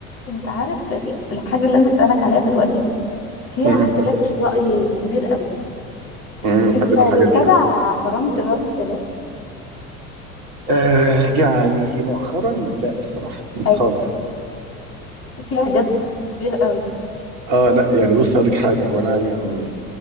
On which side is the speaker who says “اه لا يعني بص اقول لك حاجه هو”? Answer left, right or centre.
Right